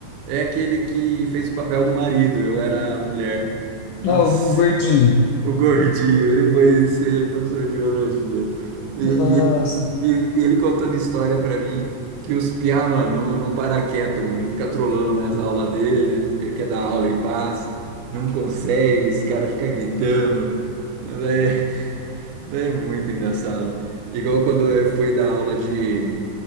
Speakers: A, on the right (about 80°); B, on the left (about 85°).
A: É aquele que fez o papel do marido, eu era a mulher. Nossa.
B: Ah, o, o gordinho.
A: O gordinho, ele foi ser professor de biologia. E, e
B: Nossa.
A: ele, e- e ele contando história pra mim que os piá, mano, não, não para quieto, mano. Fica trolando nas aulas dele, ele quer dar aula em paz, não consegue, esse cara fica gritando. Mas É, é muito engraçado. Igual quando eu fui dar aula de,